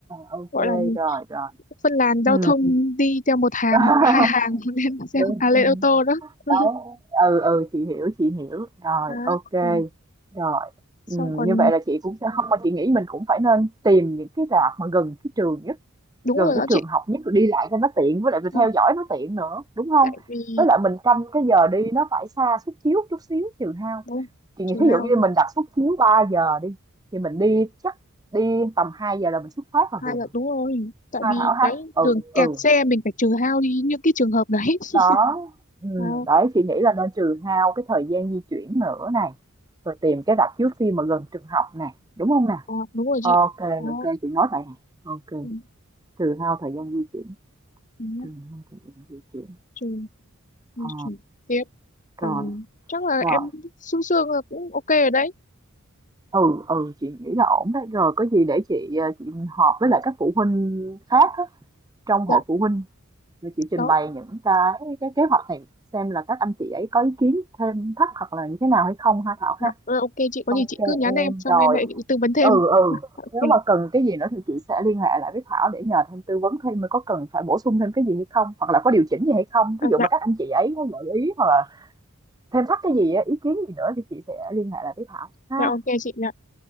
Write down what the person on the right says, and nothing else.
OK,
rồi, rồi.
ừ
<laughs>
Đúng,
ừ.
đó ừ ừ chị hiểu chị hiểu rồi
ok
rồi ừ,
như vậy là chị cũng sẽ không mà chị nghĩ mình cũng phải nên tìm những cái rạp mà gần cái trường nhất
gần
cái trường
học nhất rồi đi lại cho nó tiện với lại mình
theo
dõi nó tiện nữa đúng không
với lại mình canh cái giờ đi nó phải xa suất chiếu chút xíu trừ hao
chị
nghĩ thí
dụ như mình đặt suất chiếu 3 giờ đi thì mình đi chắc đi tầm 2 giờ là mình xuất phát là
vừa
ha
Thảo ha
ừ
ừ
đó
ừ,
đấy chị nghĩ là nên trừ hao cái thời gian di chuyển nữa này rồi tìm cái rạp chiếu phim mà gần trường học này đúng không nè
ok
ok chị nói vậy nè ok
trừ hao thời gian di chuyển
trừ hao thời gian di chuyển
ờ,
rồi
rồi
ừ ừ chị nghĩ là ổn đấy rồi có gì để chị ờ, chị họp với lại các phụ huynh khác á, trong
hội phụ huynh rồi chị trình
bày những cái cái kế hoạch này xem là các anh chị ấy có ý kiến thêm thắt hoặc là như thế nào hay không ha Thảo
ha
ok
em
rồi
Ừ, ừ,
nếu mà cần cái gì nữa thì chị sẽ liên hệ lại với Thảo để nhờ thêm tư vấn thêm mới có cần phải bổ sung thêm cái gì hay không hoặc là có điều chỉnh gì hay không
ví dụ
mà các anh chị ấy có gợi ý hoặc là thêm thắt cái gì á, ý kiến gì nữa thì chị sẽ liên hệ lại với Thảo ha